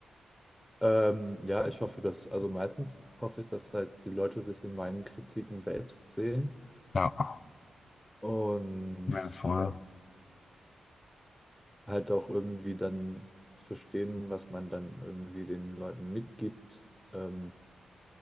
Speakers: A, in the centre; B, on the left.
A: ähm, ja, ich hoffe, dass, also meistens hoffe ich, dass halt die Leute sich in meinen Kritiken selbst sehen
B: Ja,
A: und
B: ja, voll.
A: äh, halt auch irgendwie dann verstehen, was man dann irgendwie den Leuten mitgibt. Ähm,